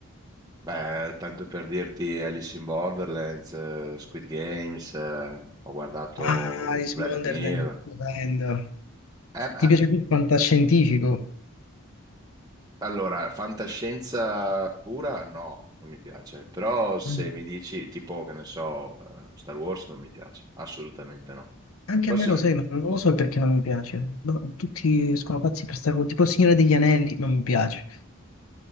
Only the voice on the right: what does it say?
beh, tanto per dirti Alice in Borderlands, eh, Squid Games, eh, ho guardato
Black
Mirror.
Eh, beh,
allora, fantascienza pura? No, non mi piace. Però se
mi dici tipo, che ne so, eh, Star Wars non mi piace, assolutamente no.
Però
se,